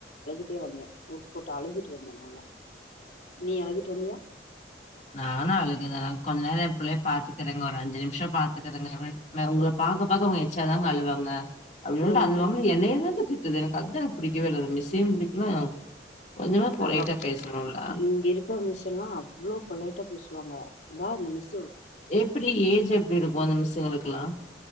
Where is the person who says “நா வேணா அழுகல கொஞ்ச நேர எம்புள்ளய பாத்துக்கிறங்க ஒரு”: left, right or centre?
Left